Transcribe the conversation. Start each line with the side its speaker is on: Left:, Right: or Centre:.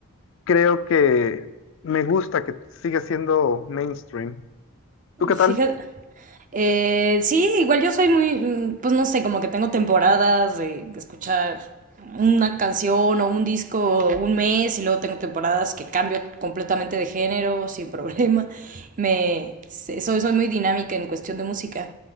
Left: creo que me gusta, que sigue siendo mainstream. ¿Tú qué tal?
Right: Fíjate. Eh, sí, igual yo soy muy, mm, pues no sé, como que tengo temporadas de escuchar una canción o un disco un mes y luego tengo temporadas que cambio completamente de género <laughs> sin problema. Me, se- soy, soy muy dinámica en cuestión de música.